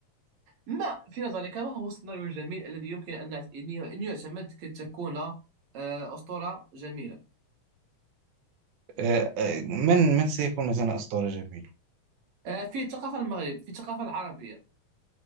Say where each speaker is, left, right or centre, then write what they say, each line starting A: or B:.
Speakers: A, on the right; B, on the right.
A: ما في نظرك ما هو السيناريو الجميل الذي يمكن أن أن ي- أن يعتمد كي تكون آه، أسطورة جميلة
B: آه، آه، من من سيكون مثلا إصدار جميل
A: آه، في الثقافة المغرب في الثقافة العربية